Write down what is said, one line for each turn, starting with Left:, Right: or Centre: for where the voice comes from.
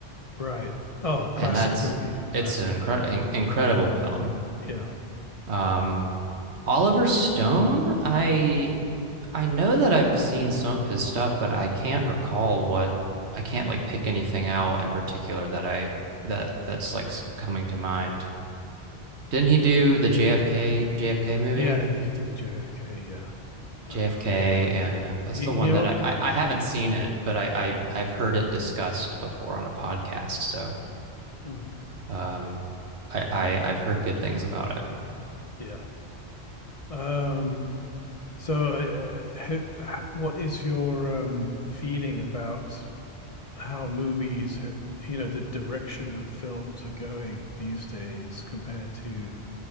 Left: right. Oh, classic
Right: and that's
Left: movie, classic.
Right: it's an incredible incredible film.
Left: Yeah.
Right: Um, Oliver Stone, I I know that I've seen some of his stuff, but I can't recall what I can't like pick anything out in particular that I that that's like coming to mind. Didn't he do the JFK JFK movie?
Left: Yeah, he, he did a JFK. Yeah, uh,
Right: JFK, yeah, yeah. That's
Left: he
Right: the
Left: he.
Right: one
Left: al-
Right: that I I, I haven't seen it, but I, I I've heard it discussed before on a podcast. So
Left: Mm.
Right: um I, I I've heard good things about it.
Left: Yeah. Um, so, uh, h- h- what is your um, feeling about how movies, you know, the direction of films are going these days compared to